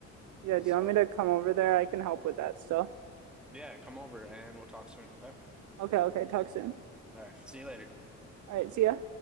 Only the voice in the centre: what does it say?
So,
yeah, come over and we'll talk soon, okay?
All right, see you later.